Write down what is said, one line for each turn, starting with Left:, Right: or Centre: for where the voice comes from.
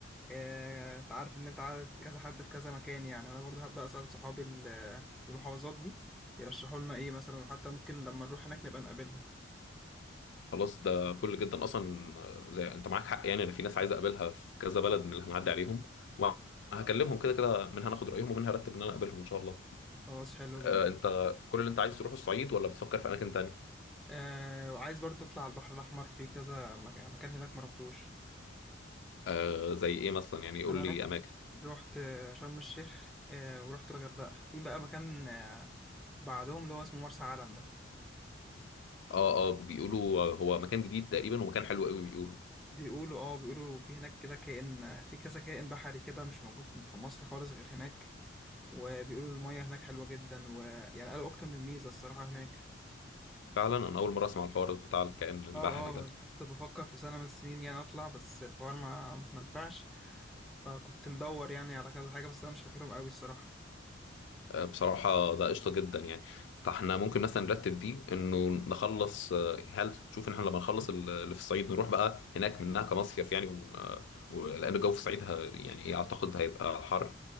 Centre: آه، انت عارف ان انت عارف كذا حد في كذا مكان يعني انا برضو هبدا اسال صحابي ال- في المحافظات دي يرشحوا لنا ايه مثلا وحتى ممكن لما نروح هناك نبقى نقابلهم
Left: خلاص ده فل جدا اصلا آه، زي انت معاك حق يعني انا في ناس عايز اقابلها في كذا بلد من اللي هنعدي عليهم وهكلمهم كده كده منها ناخد رايهم ومنها ارتب ان انا اقابلهم ان شاء الله
Centre: خلاص حلو
Left: آه،
Centre: جدا
Left: انت كل اللي انت عايز تروح الصعيد ولا بتفكر في اماكن تانية
Centre: آه وعايز برضو اطلع على البحر الاحمر في كذا مكان مكان هناك ما رحتوش
Left: آه، زي ايه مثلا يعني قول
Centre: انا
Left: لي
Centre: رحت
Left: اماكن
Centre: رحت آه، شرم الشيخ آه ورحت الغردقه في بقى مكان آه بعدهم اللي هو اسمه مرسى علم ده
Left: اه اه بيقولوا هو مكان جديد تقريبا ومكان حلو قوي بيقولوا
Centre: بيقولوا اه بيقولوا في هناك كده كائن في كذا كائن بحري كده مش موجود في مصر خالص غير هناك وبيقولوا المية هناك حلوة جدا ويعني قالوا أكتر من ميزة الصراحة هناك
Left: فعلا انا اول مره اسمع الحوار بتاع الكائن البحري
Centre: اه
Left: ده
Centre: اه كنت بفكر في سنة من السنين يعني أطلع بس الحوار ما ما نفعش فكنت مدور يعني على كذا حاجة بس أنا مش فاكرهم قوي الصراحة
Left: آه، بصراحه ده قشطه جدا يعني فاحنا ممكن مثلا نرتب دي انه نخلص آه، هل تشوف ان احنا لما نخلص ال- اللي في الصعيد نروح بقى هناك منها كمصيف يعني ون... آه، و- لان الجو في الصعيد ه... يعني ايه
Centre: هيبقى
Left: اعتقد هيبقى حر